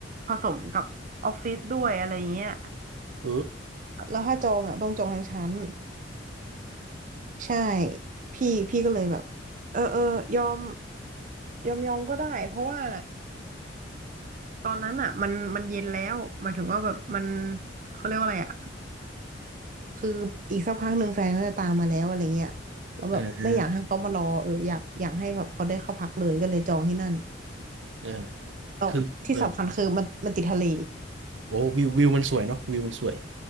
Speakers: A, on the right (about 45°); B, on the right (about 80°).
A: ผสมกับออฟฟิศด้วยอะไรเงี้ย
B: เออ
A: แล้วถ้าจองอ่ะต้องจองทั้งชั้น ใช่พี่พี่ก็เลยแบบเออเออยอมยอมยอมก็ได้เพราะว่าตอนนั้นอ่ะมันมันเย็นแล้วหมายถึงว่าแบบมันเขาเรียกว่าอะไรอ่ะคืออีกสักพักหนึ่งแฟนก็จะตามมาแล้วอะไรเงี้ยแล้วแบบไม่อยากให้เขามารอเอออยากอยากให้แบบเขาได้เข้าพักเลยก็เลยจองที่นั่น
B: อ่าอ่า
A: แล้วที่สำคัญคือมันมันติดทะเล
B: คือเออโอ้วิววิวมันสวยเนาะวิวมันสวย